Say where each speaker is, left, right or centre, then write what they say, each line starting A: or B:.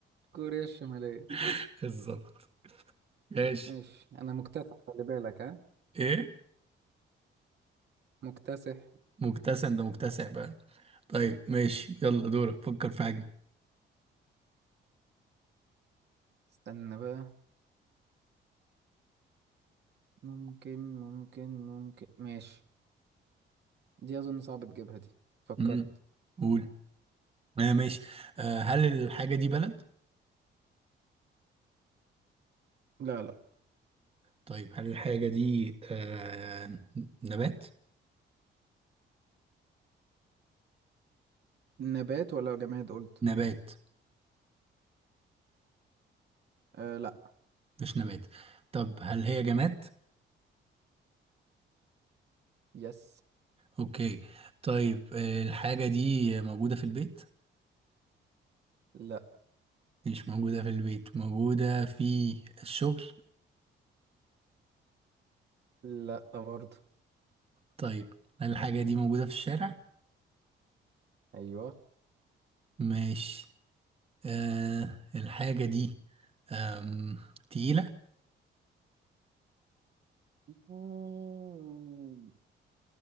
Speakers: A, on the right; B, on the right.
A: كوريا الشمالية
B: <laughs> بالظبط ماشي
A: ماشي انا مكتسح خلي بالك ها
B: ايه
A: مكتسح
B: مكتسع انت مكتسع بقى طيب ماشي يلا دورك فكر في حاجة
A: استنى بقى ممكن ممكن ممكن ماشي دي أظن صعب تجيبها دي فكرت
B: امم قول آه ماشي آه هل الحاجة دي بلد؟
A: لا لا
B: طيب هل الحاجة دي آه نبات؟
A: نبات ولا جماد قلت
B: نبات
A: آه لا
B: مش نبات طب هل هي جماد؟
A: يس
B: اوكي طيب آه الحاجة دي موجودة في البيت؟
A: لا
B: مش موجودة في البيت موجودة في الشغل؟
A: لا برضه
B: طيب هل الحاجة دي موجودة في الشارع؟
A: أيوه
B: ماشي آه الحاجة دي آم، تقيلة؟
A: مم.